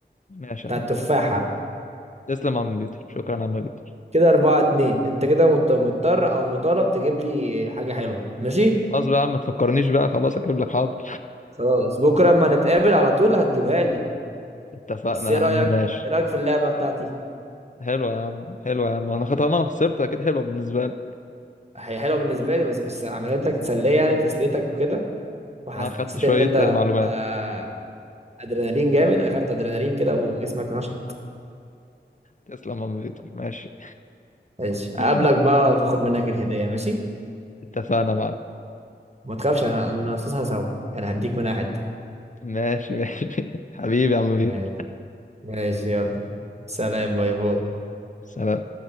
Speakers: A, on the left (about 45°); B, on the right (about 35°).
A: ماشي
B: بتاع
A: يا عم
B: التفاحة
A: تسلم يا عم بيتر شكرا يا عم بيتر
B: كده أربعة اتنين أنت كده مضط- مضطر أو مطالب تجيب لي حاجة حلوة ماشي
A: خلاص بقى يا عم ما تفكرنيش بقى خلاص اجيب لك حاضر
B: خلاص بكره اما نتقابل على طول هتجيبها لي
A: اتفقنا
B: بس ايه
A: يا عم
B: رايك
A: ماشي
B: ايه رايك في اللعبه بتاعتي
A: حلوة يا عم حلوة يا عم انا خ- طالما انا خسرت اكيد حلوة بالنسبة لي
B: هي حلوه بالنسبه لي بس بس عملت لك تسليه يعني تسليتك وكده وحسيت
A: انا اخدت شوية
B: ان انت
A: آه، معلومات
B: آه، ادرينالين جامد اخدت ادرينالين كده وجسمك نشط
A: تسلم يا عم بيتر ماشي
B: ماشي
A: <laughs>
B: هقابلك بقى واخد منك الهديه ماشي
A: اتفقنا يا معلم
B: ما تخافش انا هنقصصها سوا يعني هديك منها حته
A: ماشي ماشي <laughs> حبيبي يا عم
B: ماشي
A: بيتر
B: ماشي يلا سلام باي باي
A: سلام